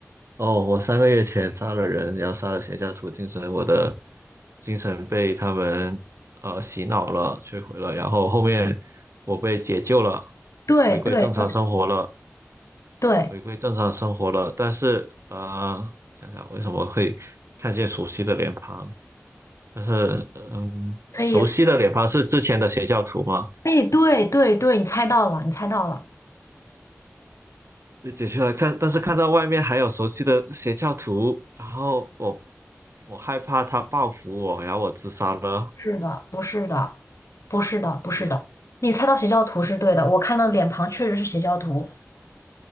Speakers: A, on the right; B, on the left.
A: 哦，我三个月前杀了人，然后杀了邪教徒精神，我的精神被他们呃洗脑了，摧毁了，然后后面我被解救了，
B: 对，
A: 回归正常生活了，
B: 对对对，
A: 回归正常生活了。但是呃，想想为什么会看见熟悉的脸庞？但是嗯，
B: 可以，
A: 熟悉的脸庞是之前的邪教徒吗？
B: 哎，对对对，你猜到了，你猜到了。
A: 被解救了，看，但是看到外面还有熟悉的邪教徒，然后我我害怕他报复我，然后我自杀了。
B: 是的，不是的，不是的，不是的。
A: 是，
B: 你猜到邪教徒是对的，我看到脸庞确实是邪教徒，